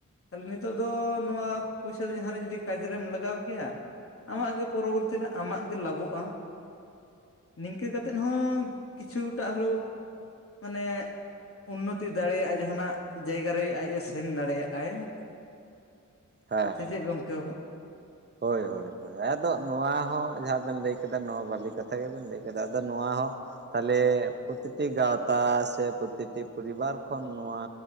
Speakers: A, on the left; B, on the right.
A: ᱛᱟᱦᱚᱞᱮ ᱱᱤᱛᱚᱜ ᱫᱚ ᱱᱚᱣᱟ ᱯᱚᱭᱥᱟ ᱫᱚ ᱡᱟᱦᱟᱸ ᱨᱮ ᱡᱩᱫᱤ ᱠᱟᱡᱽ ᱨᱮᱢ ᱞᱟᱜᱟᱣ ᱠᱮᱭᱟ, ᱟᱢᱟᱜ
B: ᱦᱮᱸ
A: ᱜᱮ ᱯᱚᱨᱚᱵᱚᱨᱛᱤ ᱨᱮ ᱟᱢᱟᱜ ᱜᱮ ᱞᱟᱵᱷᱚᱜᱼᱟ, ᱱᱤᱝᱠᱟᱹ ᱠᱟᱛᱮᱫ ᱦᱚᱸ ᱠᱤᱪᱷᱩᱴᱟ ᱦᱚᱞᱳ ᱢᱟᱱᱮ ᱩᱱᱱᱚᱛᱤ ᱫᱟᱲᱮᱭᱟᱜᱼᱟ ᱡᱟᱦᱟᱱᱟᱜ ᱡᱟᱭᱜᱟ ᱨᱮ, ᱟᱡᱼᱮ ᱥᱮᱱ ᱫᱟᱲᱮᱭᱟᱜᱼᱟᱭ᱾ <unintelligible>
B: ᱦᱮᱸ,
A: ᱥᱮ ᱪᱮᱫ ᱜᱚᱢᱠᱮ? ᱦᱚᱜ
B: ᱦᱳᱭ ᱦᱳᱭ, ᱟᱫᱚ ᱱᱚᱣᱟ ᱦᱚᱸ ᱡᱟᱦᱟᱸ ᱵᱮᱱ ᱞᱟᱹᱭ ᱠᱮᱫᱟ, ᱱᱚᱣᱟ ᱵᱷᱟᱹᱞᱤ ᱠᱟᱛᱷᱟ ᱜᱮᱵᱮᱱ ᱞᱟᱹᱭ ᱠᱮᱫᱟ, ᱟᱫᱚ ᱱᱚᱣᱟ ᱦᱚᱸ ᱛᱟᱦᱚᱞᱮ ᱯᱨᱚᱛᱤᱴᱤ ᱜᱟᱶᱛᱟ ᱥᱮ, ᱯᱚᱛᱤᱴᱤ ᱯᱚᱨᱤᱵᱟᱨ ᱠᱷᱚᱱ ᱱᱚᱣᱟ